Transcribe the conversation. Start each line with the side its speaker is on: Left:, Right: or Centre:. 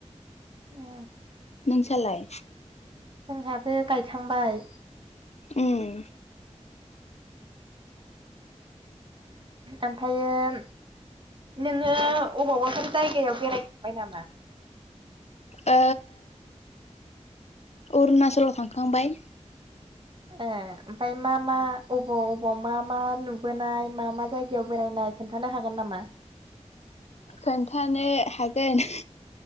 Right: ए
Left: नोंसालाय
Right: जोंहाबो गायखांबाय
Left: उम
Right: ओमफ्रायायो नोङो अबावबाफोर जायगायाव बेरायखांबाय नामा
Left: ओ अरुनाचलाव थांखांबाय
Right: ए ओमफाय मा मा अबाव अबाव मा मा नुबोनाय मा मा जायगायाव बेरायनाय खोन्थानो हागोन नामा
Left: खोन्थानो हागोन